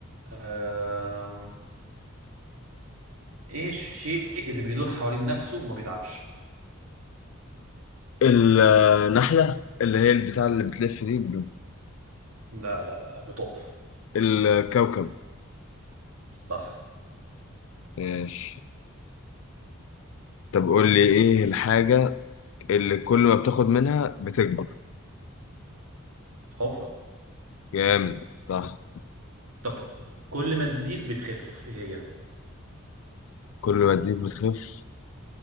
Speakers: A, on the right; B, on the left.
A: آم... ايه الشيء اللي بيدور حوالين نفسه وما بيتعبش
B: النحلة اللي هي البتاع اللي بتلف دي ب-
A: لا لا لا بتقف
B: الكوكب
A: صح
B: ماشي طب قول لي ايه الحاجة اللي كل ما بتاخد منها بتكبر
A: حفرة
B: جامد صح
A: طب كل ما تزيد بتخف ايه هي
B: كل ما تزيد بتخف